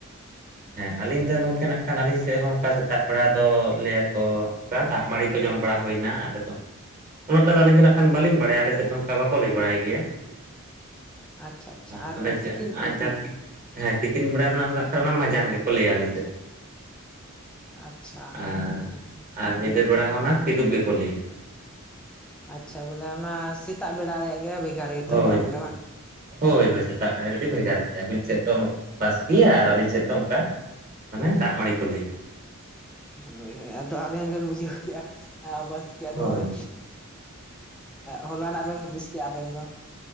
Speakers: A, on the right (about 40°); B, in the centre.
A: ᱦᱮᱸ ᱟᱹᱞᱤᱧ ᱫᱚ ᱜᱚᱝᱠᱮ ᱱᱟᱜ ᱠᱷᱟᱱ ᱟᱹᱞᱤᱧ ᱥᱮᱫ ᱦᱚᱸ ᱚᱱᱠᱟ ᱥᱮᱛᱟᱜ ᱵᱮᱲᱟ ᱫᱚ ᱞᱟᱹᱭᱟᱠᱚ ᱚᱱᱠᱟ ᱫᱟᱜ ᱢᱟᱹᱲᱤ ᱠᱚ ᱡᱚᱢ ᱵᱟᱲᱟ ᱦᱩᱭᱱᱟ ᱟᱞᱮ ᱫᱚ᱾ ᱩᱱᱟᱹᱜ ᱴᱟᱜ ᱫᱚ ᱟᱹᱞᱤᱧ ᱫᱚ ᱱᱟᱜ ᱠᱷᱟᱱ ᱵᱟᱞᱤᱧ ᱵᱟᱰᱟᱭᱟ ᱟᱞᱮᱥ ᱫᱚ ᱚᱱᱠᱟ ᱵᱟᱠᱚ ᱞᱟᱹᱭ ᱵᱟᱲᱟᱭ ᱜᱮᱭᱟ᱾
B: ᱟᱪᱪᱷᱟ ᱟᱪᱪᱷᱟ ᱟᱨ
A: ᱦᱟᱸ ᱚᱰᱮ ᱪᱮᱫ
B: ᱛᱤᱠᱤᱱ
A: ᱟᱨ ᱡᱟᱛᱤᱠ ᱦᱮᱸ ᱛᱤᱠᱤᱱ ᱵᱮᱲᱟ ᱨᱮᱱᱟᱜ ᱫᱟᱠᱟ ᱚᱱᱟ ᱢᱟᱸᱡᱟᱱ ᱜᱮᱠᱚ ᱞᱟᱹᱭᱟ ᱟᱞᱮ ᱥᱮᱫ᱾
B: ᱟᱪᱪᱷᱟ
A: ᱟᱨ
B: ᱦᱳᱭ
A: ᱟᱨ ᱧᱤᱫᱟᱹ ᱵᱮᱲᱟ ᱦᱚᱸ ᱚᱱᱟ ᱠᱤᱫᱩᱜ ᱜᱮᱠᱚ ᱞᱟᱹᱭᱟ᱾
B: ᱟᱪᱪᱷᱟ ᱵᱚᱞᱮ ᱚᱱᱟ ᱥᱮᱛᱟᱜ ᱵᱮᱲᱟ ᱨᱮᱭᱟᱜ ᱵᱷᱮᱜᱟᱨ ᱜᱮ ᱜᱮᱛᱟᱵᱚᱱᱟ
A: ᱦᱳᱭ
B: ᱵᱚᱞᱮ ᱵᱟᱝ
A: ᱦᱳᱭ ᱦᱳᱭ ᱥᱮᱛᱟᱜ ᱨᱮᱱᱟᱜ ᱠᱟᱹᱴᱤᱡ ᱵᱷᱮᱜᱟᱨ ᱜᱮᱭᱟ ᱟᱹᱵᱤᱱ ᱪᱮᱫ ᱫᱚ ᱵᱟᱥᱠᱮᱭᱟ ᱟᱨ ᱟᱹᱞᱤᱧ ᱥᱮᱫ ᱫᱚ ᱚᱱᱠᱟ ᱢᱟᱱᱮ ᱫᱟᱜ ᱢᱟᱹᱲᱤ ᱠᱚ ᱞᱟᱹᱭᱟ᱾
B: ᱦᱳᱭ ᱦᱳᱭ ᱟᱫᱚ ᱟᱵᱮᱱ ᱵᱮᱱ ᱵᱩᱡᱟᱹᱶ ᱠᱮᱜᱼᱟ ᱵᱟᱥᱠᱮᱭᱟᱜ
A: ᱦᱳᱭ
B: ᱫᱚ ᱵᱚᱞᱮ ᱦᱚᱞᱟ ᱱᱟᱜ ᱵᱮᱱ ᱢᱤᱤᱥ ᱠᱮᱜᱼᱟ ᱟᱵᱮᱱ ᱫᱚ᱾